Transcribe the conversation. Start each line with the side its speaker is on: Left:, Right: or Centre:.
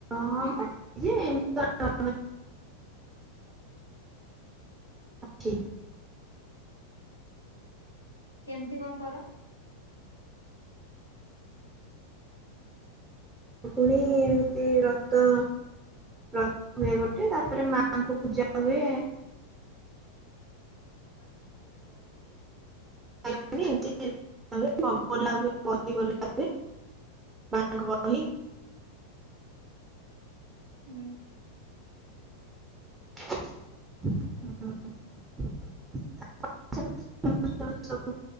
Right: ହଁ
Left: ହୁଁ
Right: ଅଛି ଯେ <unintelligible> ଯେ
Left: କେମତି କଣ କର।
Right: ପୁଣି ଏମିତି ରତ ବ୍ରତ ହୁଏ ଗୋଟେ ତାପରେ ମାତାଙ୍କୁ ପୂଜା ହୁଏ। <unintelligible> <unintelligible> ବହି ବୋଲା ହୁଏ ମାଙ୍କ ବହି
Left: ହୁଁ।
Right: ହଁ। <unintelligible>